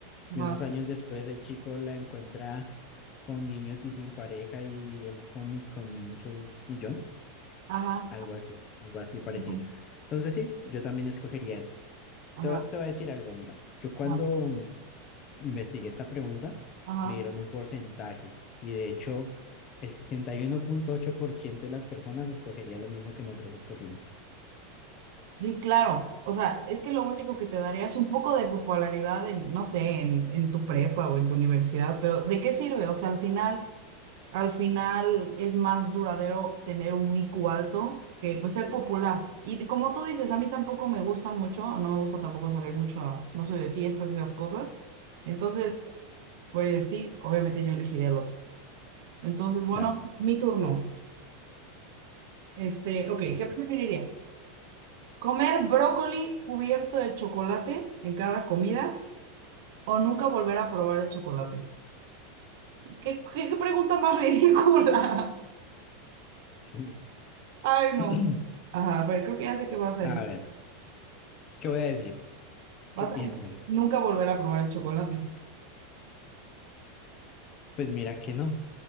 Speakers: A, on the right (about 70°); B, on the left (about 40°).
A: ajá,
B: y unos años después el chico la encuentra con niños y sin pareja y él con, mi- con muchos millones,
A: ajá,
B: algo así, algo así parecido.
A: ujú,
B: Entonces sí, yo también escogería eso.
A: ajá,
B: Te, voy te voy a decir algo, mira, yo cuando
A: ajá,
B: investigué esta pregunta,
A: ajá.
B: me dieron un porcentaje y de hecho el sesenta y uno punto ocho por ciento de las personas escogería lo mismo que nosotros escogimos.
A: Sí, claro. O sea, es que lo único que te daría es un poco de popularidad en, no sé, en, en tu prepa o en tu universidad, pero ¿de qué sirve? O sea, al final, al final es más duradero tener un IQ alto que pues ser popular. Y t- como tú dices, a mí tampoco me gusta mucho, no me gusta tampoco salir mucho a- no soy de fiestas y esas cosas. Entonces, pues sí, obviamente yo elegiría el otro. Entonces, bueno,
B: Claro.
A: mi turno. Este, ok,
B: por-
A: ¿qué preferirías? ¿Comer brócoli cubierto de chocolate en cada comida o nunca volver a probar el chocolate? ¿Qué, qué- qué pregunta más ridícula?
B: Sí.
A: <laughs> Ay, no.
B: <laughs>
A: Ajá, a ver, creo que ya sé qué vas a
B: <clears throat> A
A: decir.
B: ver, ¿qué voy a decir?
A: Vas
B: ¿Qué piensas?
A: a decir que nunca volver a probar el chocolate.
B: Pues mira que no.